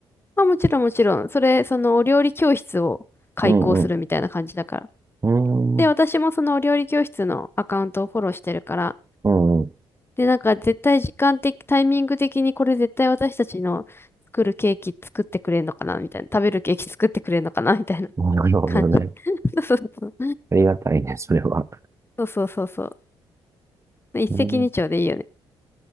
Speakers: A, on the left; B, on the right.
A: まあもちろんもちろん、それ、そのお料理教室を開講するみたいな感じだから。
B: うん、うん、う
A: で、
B: ん、
A: 私もそのお料理教室のアカウントをフォローしてるから、
B: うん、う
A: で、なんか絶対時間的、タイミング的にこれ絶対私たちの作るケーキ作ってくれんのかなみたいな、食べるケーキ作ってくれんのかなみたいな
B: ん。なるほどね。
A: 感じ。<laughs> そうそうそう。
B: ありがたいね、それは。
A: そうそうそうそう。ね一石二鳥でいいよね。
B: うん、